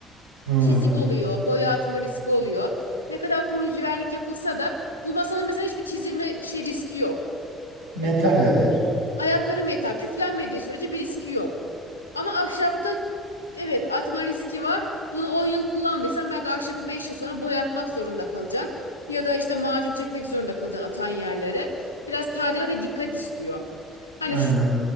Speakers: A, on the right (about 75°); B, on the left (about 80°).
A: Hmm,
B: çizik oluyor. Boya atma riski oluyor. Ne kadar koruyucu vernik yapılsa da bu masanın mesela hiçbir çizilme şey riski yok.
A: metal her yer.
B: Ayakları metal. Küflenmediği sürece bir riski yok. Ama ahşapta evet atma riski var. Bunu 10 yıl kullandıysan belki ahşabı 5 yıl sonra boyatmak zorunda kalacaksın. Ya da işte macun çekmek zorunda kalacaksın atan yerlere. Biraz tadilat ve dikkat istiyor. Hani
A: Aynen.
B: şu-